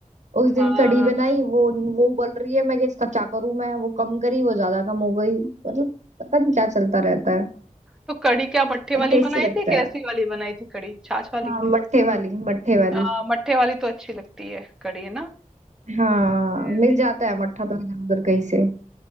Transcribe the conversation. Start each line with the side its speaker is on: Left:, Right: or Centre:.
Right: उस दिन
Centre: हाँ
Right: कढ़ी बनाई वो वो उबल रही है मैं कि इसका क्या करूं मैं वो कम करी वो ज्यादा कम हो गई मतलब पता नहीं क्या चलता रहता है
Centre: तो कढ़ी क्या मट्ठे
Right: पर
Centre: वाली
Right: टेस्टी
Centre: बनाई
Right: लगता
Centre: थी कैसी
Right: है
Centre: वाली बनाई थी कढ़ी छाछ वाली
Right: हाँ मट्ठे वाली मट्ठे वाली
Centre: हाँ मट्ठे वाली तो अच्छी लगती है कढ़ी ना
Right: हाँ
Centre: ये-
Right: मिल जाता है मट्ठा तो इधर उधर कहीं से